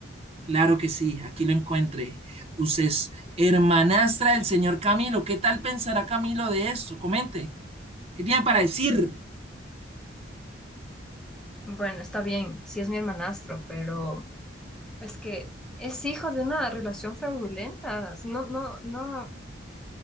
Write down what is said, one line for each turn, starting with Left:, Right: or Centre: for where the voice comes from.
Right: Claro que sí, aquí lo encuentre. Usted es hermanastra del señor Camilo. ¿Qué tal pensará Camilo de esto? Comente. ¿Qué tiene para decir?
Centre: Bueno, está bien, sí es mi hermanastro, pero es que es hijo de una relación fraudulenta. No, no, no.